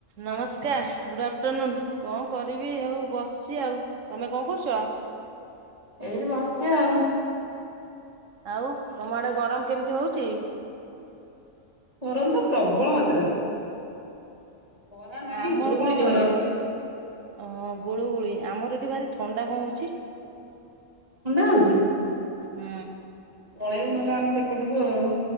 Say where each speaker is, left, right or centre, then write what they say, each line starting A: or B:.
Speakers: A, on the right; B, on the right.
A: ନମସ୍କାର good afternoon କଣ କରିବି ଆଉ ବସିଛି ଆଉ। ତମେ କଣ କରୁଛ?
B: ଏଇ ବସିଛି ଆଉ।
A: ଆଉ ତମ ଆଡେ ଗରମ କେମିତି ହଉଛି?
B: ଗରମ ତ ପ୍ରବଳ ମାତ୍ରାରେ। ଖରା ନାହିଁ
A: ଆମର
B: ଗୁଳୁଗୁଳି
A: କଣ
B: ଜୋର
A: ଅ ଗୁଳୁଗୁଳି ଆମର ଏଠି ଭାରି ଥଣ୍ଡା କଣ ହଉଛି।
B: ଥଣ୍ଡା ହଉଛି।
A: ହୁଁ।
B: ପଳେଇବବୁ ନ ହେଲେ ଆମେ ସେପଟକୁ ଆଉ।